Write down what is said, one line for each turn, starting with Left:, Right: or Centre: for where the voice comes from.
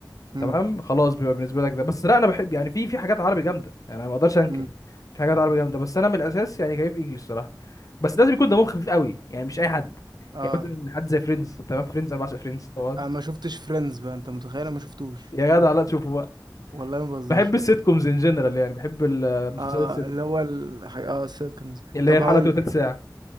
Right: امم
Left: تمام خلاص بيبقى بالنسبه لك ده بس لا انا بحب يعني في في حاجات عربي جامده يعني انا ما اقدرش انكر
Right: امم
Left: في حاجات عربي جامده بس انا من الاساس يعني كيف انجلش صراحه بس لازم يكون دمهم خفيف قوي يعني مش اي حد
Right: اه
Left: يعني مثلا حد زي فريندز تمام فريندز انا بعشق فريندز طبعا
Right: انا ما شفتش فريندز بقى انت متخيل انا ما شفتوش
Left: يا جدع لا تشوفه بقى
Right: والله ما بهزرش
Left: بحب السيت كومز ان جنرال يعني بحب المسلسلات
Right: اه
Left: السيت
Right: الاول حاجه اه السيتكمز
Left: اللي
Right: طب
Left: هي الحلقه
Right: هقول
Left: بتبقى
Right: لك،
Left: تلت ساعه